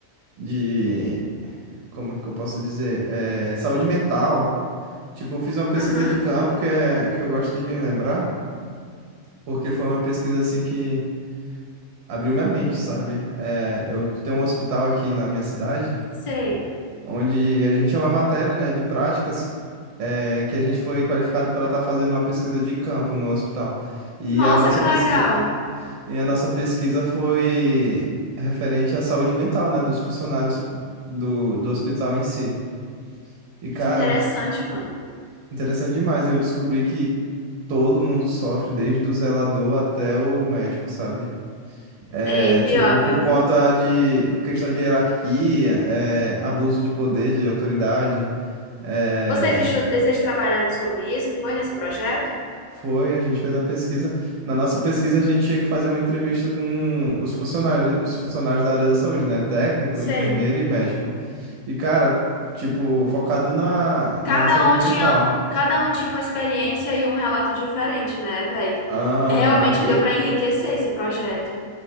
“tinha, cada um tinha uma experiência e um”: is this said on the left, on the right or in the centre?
Left